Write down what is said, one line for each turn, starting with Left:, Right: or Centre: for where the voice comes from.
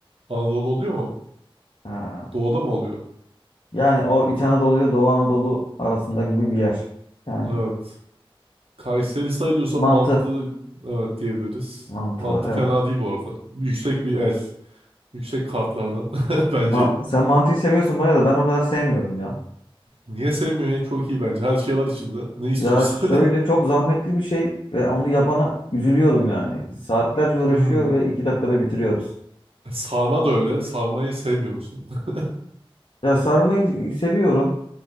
Right: Anadolu oluyor mu?
Left: Ha.
Right: Doğuda mı oluyor?
Left: Yani o İç Anadolu ile Doğu Anadolu arasında gibi bir yer. Yani
Right: Evet. Kayseri sayılıyorsa
Left: mantı.
Right: mantı evet diyebiliriz.
Left: Mantı
Right: Mantı
Left: var evet.
Right: fena değil bu arada. Yüksek bir el. Yüksek kartlardan <laughs> bence.
Left: Ma- sen mantıyı seviyorsun bayağı da ben o kadar sevmiyorum ya.
Right: Niye sevmiyorsun ya? Çok iyi bence. Her şey var içinde. Ne
Left: Ya
Right: istiyorsun?
Left: şöyle
Right: <laughs>
Left: çok zahmetli bir şey ve onu yapana üzülüyorum yani. Saatlerce uğraşıyor
Right: Hmm.
Left: ve iki dakikada bitiriyoruz.
Right: Sarma da öyle. Sarmayı sevmiyor musun? <laughs>
Left: Ya sarmayı seviyorum